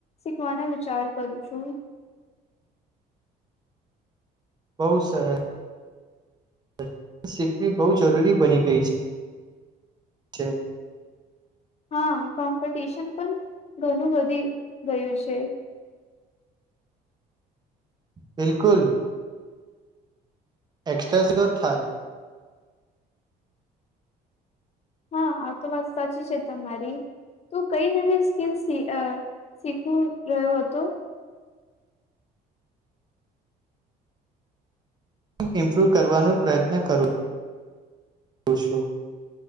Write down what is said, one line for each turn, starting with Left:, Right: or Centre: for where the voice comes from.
Left: શીખવાનો વિચાર કરું છું
Right: બહુ સરસ શીખવી બહુ જરૂરી બની ગઈ છે છે
Left: હા કોમ્પિટિશન પણ ઘણું વધી ગયું છે
Right: બિલકુલ એક્સ્ટ્રેસ ગોથ થાય
Left: હા આ તો વાત સાચી છે તમારી તું કઈ નવી સ્કીલ શીખવું રહ્યો હતો
Right: હ ઇમ્પ્રૂવ કરવાનો પ્રયત્ન કરુંું છું